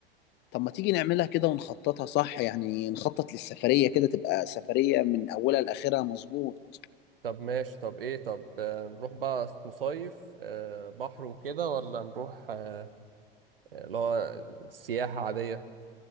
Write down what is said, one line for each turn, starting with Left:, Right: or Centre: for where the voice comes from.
Left: طب ما تيجي نعملها كده ونخططها صح يعني نخطط للسفرية كده تبقى سفرية من اولها لاخرها مظبوط
Right: طب ماشي طب ايه طب آه، نروح بقى نصيف آه، بحر وكده ولا نروح آه، آه، اللي هو سياحة عادية